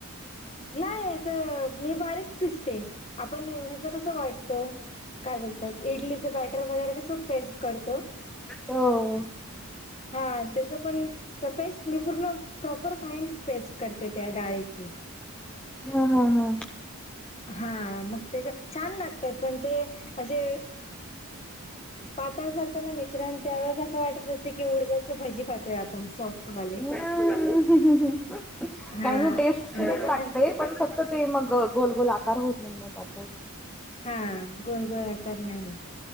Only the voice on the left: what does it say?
नाही असं मी बारीक पसते आपण ह्याच कसं वाटतो काय बोलतात इडलीचं बॅटर वगैरे क सो पेस्ट करतो
हा त्याच पण पेस्ट मी पूर्ण प्रॉपर फाईन पेस्ट करते ते त्या डाळीचे
हा मग ते छान लागतात पण ते असे पातळ चालत ना मिश्रण त्यावेळेस असं वाटत होते की उडद्याची भाजी खातोय आपण सॉफ्ट मले
हां
आणि
त्याच्यानंतर
हा गोल गोोल आकार नाही